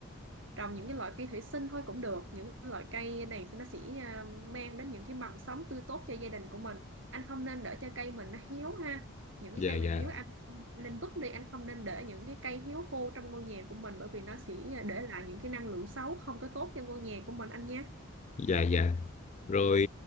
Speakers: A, on the right; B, on the left.
A: trồng những cái loại cây thủy sinh thôi cũng được những cái loại cây này thì nó sẽ à, mang đến những cái mầm sống tươi tốt cho gia đình của mình anh không nên để cho cây mình nó héo ha những cái
B: dạ
A: cây
B: dạ
A: mà héo anh, anh nên vứt đi anh không nên để những cái cây héo khô trong ngôi nhà của mình bởi vì nó sẽ à, để lại những cái năng lượng xấu không có tốt cho ngôi nhà của mình anh nhé
B: dạ dạ rồi